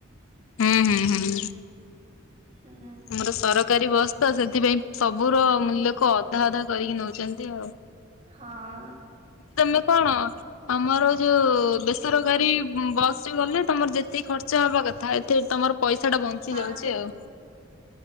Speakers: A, on the left; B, on the right.
A: ହୁଁ ହୁଁ ହୁଁ।
B: ହୁଁ
A: ଆମର ସର କାରି ବସ୍ ସେଥିପାଇଁ ସବୁର ମୂଲ୍ୟକୁ ଅଧା ଅଧା କରିକି ନଉଚନ୍ତି ଆଉ
B: ହଁ
A: ତମେ କଣ ଆମର ଯୋଉ ବେସରକାରୀ ବସ ରେ ଗଲେ ତମର ଯେତିକି ଖର୍ଚ୍ଚ ହବା କଥା ଏଥିରେ ତମର ପଇସା ଟା ବଞ୍ଚି
B: ହଁ
A: ଯାଉଛି ଆଉ।